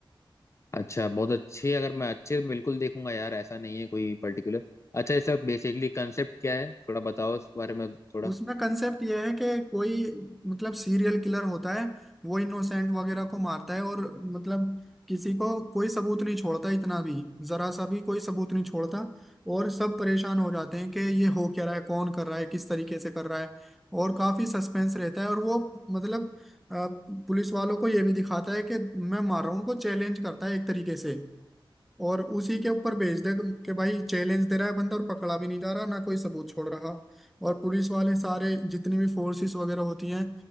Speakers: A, on the left; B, in the centre.
A: अच्छा बहुत अच्छे अगर मैं अच्छे बिल्कुल देखूंगा यार ऐसा नहीं है कोई पर्टिकुलर अच्छा इसका बेसिकली कंसेप्ट क्या है थोड़ा बताओ इस बारे में थोड़ा
B: उसमें कंसेप्ट यह है कि कोई मतलब सीरियल किलर होता है वो इनोसेंट वगैरह को मारता है और मतलब किसी को कोई सबूत नहीं छोड़ता इतना भी जरा सा भी कोई सबूत नहीं छोड़ता और सब परेशान हो जाते हैं कि ये हो क्या रहा है कौन कर रहा है किस तरीके से कर रहा है और काफी सस्पेंस रहता है और वो मतलब अ, पुलिस वालों को ये भी दिखाता है कि मैं मार रहा हूँ उनको चैलेंज करता है एक तरीके से और उसी के ऊपर भेज दे तुम कि भाई चैलेंज दे रहा है बंदा और पकड़ा भी नहीं जा रहा ना कोई सबूत छोड़ रहा और पुलिस वाले सारे जितनी भी फोर्सेस वगैरह होती हैं